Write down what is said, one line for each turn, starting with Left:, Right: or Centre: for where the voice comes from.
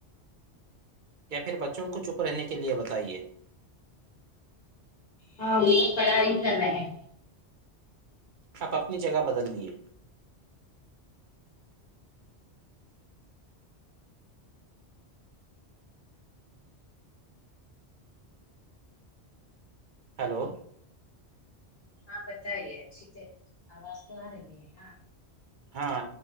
Right: یا پھر بچوں کو چپ رہنے کے لیے بتائیے
Left: ہاں وہ تو پڑا ہی کر رہے ہیں
Right: آپ اپنی جگہ بدل دیے ہیلو
Left: ہاں بتائیے اچھی تو آواز تو آ رہی ہے ہاں
Right: ہاں